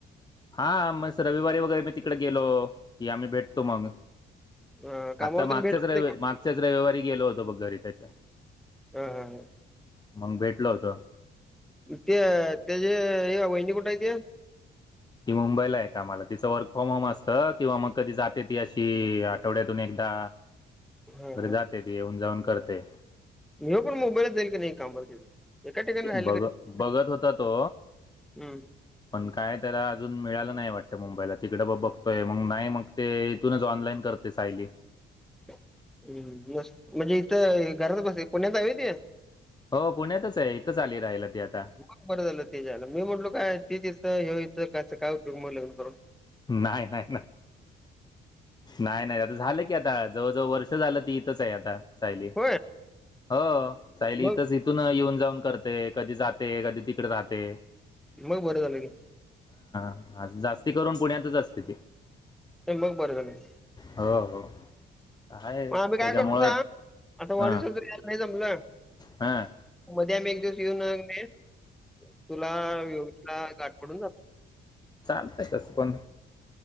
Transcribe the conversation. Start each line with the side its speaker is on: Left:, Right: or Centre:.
Left: हा म स रविवारी वगैरे मी तिकडे गेलो, की आम्ही भेटतो मग.
Centre: अ कामावर
Left: आता
Centre: तर
Left: मागच्याच
Centre: भेट होत
Left: रवि
Centre: नाही
Left: मागच्याच रविवारी गेलो होतो बघ घरी त्याच्या.
Centre: हा हा हा
Left: मग भेटलो होतो.
Centre: ते त्याची हे वहिनी कुठे आहे ती?
Left: ती मुंबईला आहे कामाला, तिचं वर्क फ्रॉम होम असतं किंवा मग कधी जाते ती अशी आठवड्यातून एकदा
Centre: हा
Left: बरे जाते ती, येऊन जाऊन करते.
Centre: ह्यो पण मुंबईला जाईल की, नाही कामाला तिथं. एका ठिकाणी राहिलं
Left: बघ
Centre: का
Left: बघत होता तो,
Centre: हम्म
Left: पण काय? त्याला अजून मिळालं नाही वाटतं मुंबईला, तिकड म बघ बघतोय मग नाही, मग ते इथूनच ऑनलाईन करते सायली. <inaudible>
Centre: हम्म म म्हणजे इथं अ घरात बस पुण्यात हाय होय ती.
Left: हो पुण्यातच आहे इथंच आली राहायला ती आता
Centre: मग बरं झालं, त्याच्या आयला मी म्हटलो, काय ती तिथं ह्यो इथं. तर काय? त्याचा काय उपयोग मग लग्न करून
Left: नाय नाय नाय <inaudible> नाय आता झालं की आता जवळजवळ वर्ष झालं, ती इथंच हाय आता सायली
Centre: होय
Left: हो सायली
Centre: मग
Left: इथच, इथून येऊन जाऊन कर ते, कधी जाते, कधी तिकड राहते.
Centre: मग बरं झालं घे.
Left: हा जास्ती करून, पुण्यातच असते ती.
Centre: मग बरं झाल.
Left: हो हो आहे
Centre: आम्ही काय
Left: त्याच्यामुळं
Centre: करतो सांग, आता वाढदिवसाला
Left: हा
Centre: यायला, जर नाही जमलं
Left: हा
Centre: मध्ये आम्ही एक दिवस येऊन कणी, तुला योगेशला गाठ पडून जातो.
Left: चालतय तस पण,